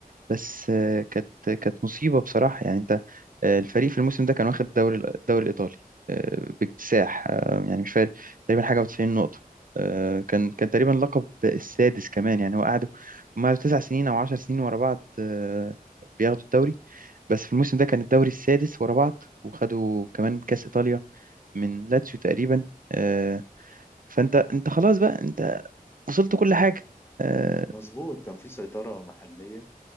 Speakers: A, on the right; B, on the left.
A: بس آه، كانت كانت مصيبة بصراحة يعني انت آه، الفريق في الموسم ده كان واخد الدوري الدوري الإيطالي آه، باكتساح آه، يعني مش فارق تقريبا حاجة و90 نقطة آه، كان كان تقريبا لقب السادس كمان يعني هو قعدوا هم قعدوا تسع سنين أو عشر سنين ورا بعض آه، بياخدوا الدوري بس في الموسم ده كان الدوري السادس ورا بعض وخدوا كمان كأس إيطاليا من لاتسيو تقريبا آه، فانت انت خلاص بقى انت وصلت كل حاجة آه،
B: مظبوط كان في سيطرة محلية